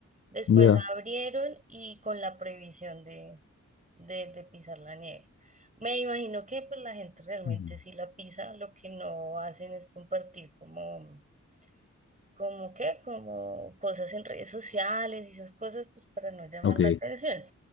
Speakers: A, on the right; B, on the left.
A: después
B: Ya.
A: abrieron y con la prohibición de, de, de pisar la nieve. Me imagino que pues la gente realmente
B: Mm.
A: sí la pisa, lo que no hacen es compartir como, como qué, como cosas en redes sociales y esas cosas pues para no llamar
B: Ok.
A: la atención.